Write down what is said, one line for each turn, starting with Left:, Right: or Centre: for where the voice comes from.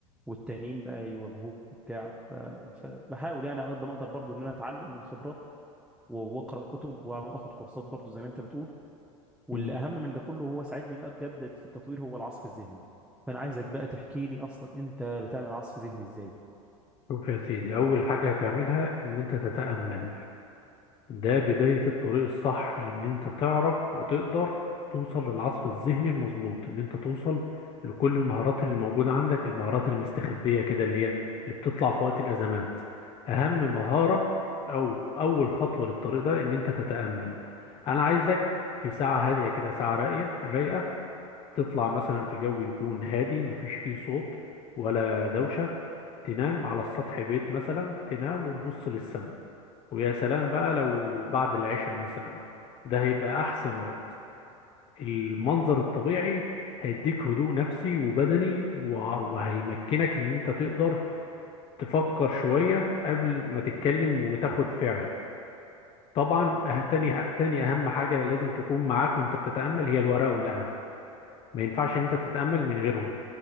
Centre: والتانيين بقى يواجهوك وبتاع ف- فبحاول يعني على قد ما أقدر برضو إن أنا أتعلم من خبرات و- واقرا كتب واخد كورسات برضو زي ما انت بتقول واللي
Left: مم.
Centre: اهم من ده كله هو ساعدني بقى بجد في التطوير هو العصف الذهني فانا عايزك بقى تحكي لي اصلا انت بتعمل عصف ذهني ازاي
Left: شوف يا سيدي اول حاجة هتعملها ان انت تتأمل ده بداية الطريق الصح لان انت تعرف وتقدر توصل للعصف الذهني المظبوط ان انت توصل لكل المهارات اللي موجودة عندك المهارات المستخبية كده اللي هي اللي بتطلع في وقت الازمات اهم مهارة او اول خطوة للطريق ده ان انت تتأمل انا عايزك في ساعة هادية كده ساعة راقية رايقة تطلع مثلا في جو يكون هادي مفيش فيه صوت ولا دوشة تنام على السطح بيت مثلا تنام وتبص للسماء ويا سلام بقى لو بعد العشاء مثلا ده هيبقى أحسن وقت المنظر الطبيعي هيديك هدوء نفسي وبدني وع- وهيمكنك إن أنت تقدر تفكر شوية قبل ما تتكلم وتاخد فعل طبعا أه- تاني ه- تاني أهم حاجة لازم تكون معاك وأنت بتتأمل هي الورقة والقلم ما ينفعش إن أنت تتأمل من غيرهم